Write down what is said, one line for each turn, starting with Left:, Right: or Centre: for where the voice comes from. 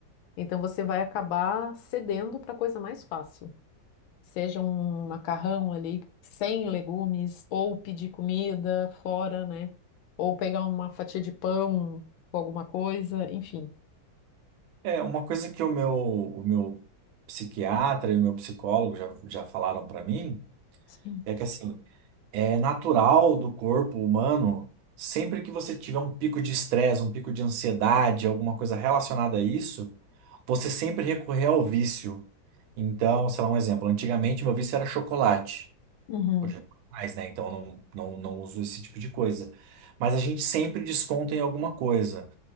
Left: Então você vai acabar cedendo para coisa mais fácil, seja um macarrão ali sem legumes, ou pedir comida fora, né? Ou pegar uma fatia de pão com alguma coisa, enfim.
Right: É, uma coisa que o meu o meu psiquiatra e o meu psicólogo já, já falaram para mim
Left: Sim.
Right: é que assim é natural do corpo humano, sempre que você tiver um pico de estresse, um pico de ansiedade, alguma coisa relacionada a isso, você sempre recorrer ao vício. Então, sei lá, um exemplo. Antigamente meu vício era chocolate.
Left: Uhum,
Right: Hoje é mais, né? Então eu não, não, não uso esse tipo de coisa. Mas a gente sempre desconta em alguma coisa.